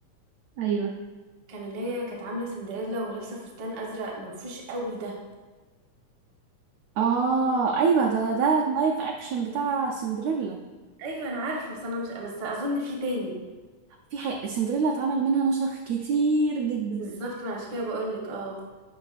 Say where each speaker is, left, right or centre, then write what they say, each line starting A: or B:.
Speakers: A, on the right; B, on the right.
A: ايوه
B: كان اللي هي كانت عامله سندريلا ولابسه فستان ازرق منفوش قوي ده
A: اه ايوه ده ده اللايف اكشن بتاع سندريلا
B: ايوه انا عارفه بس انا مش بس اظن في تاني
A: في حق... سندريلا اتعمل منها نسخ كتير جدا
B: بالظبط ما عشان كده بقول لك اه